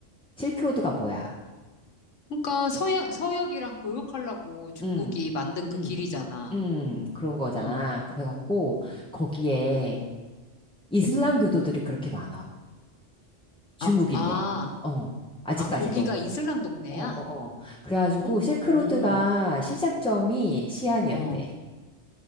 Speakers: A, in the centre; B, on the left (about 70°).
A: 실크로드가 뭐야?
B: 그러니까 서역, 서역이랑 교역하려고 중국이
A: 응.
B: 만든 그
A: 응.
B: 길이잖아.
A: 응. 그런 거잖아.
B: 어.
A: 그래갖고, 거기에 이슬람 교도들이 그렇게 많아. 중국인데.
B: 아, 아,
A: 어. 아직까지도.
B: 아, 거기가 이슬람 동네야?
A: 어, 어, 어. 그래가지고
B: 어?
A: 실크로드가
B: 오,
A: 시작점이 시안이었대.
B: 어.